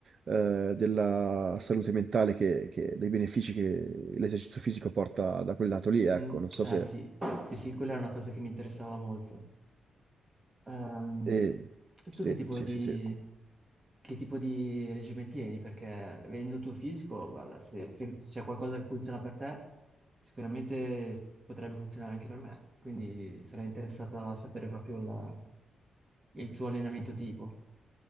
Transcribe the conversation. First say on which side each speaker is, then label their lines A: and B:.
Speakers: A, on the right (about 45°); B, on the right (about 25°).
A: eh, della salute mentale, che, che- dei benefici che l'esercizio fisico porta da quel lato lì, ecco,
B: Mm,
A: non so
B: eh
A: se...
B: sì, sì, sì, quella è una cosa che mi interessava molto. Ehm,
A: eh, sì,
B: tu che tipo
A: sì,
B: di,
A: sì, sì.
B: che tipo di regime tieni? Perché vedendo il tuo fisico, guarda, se, se c'è qualcosa che funziona per te, sicuramente potrebbe funzionare anche per me. Quindi sarei interessato a sapere proprio la- il tuo allenamento tipo.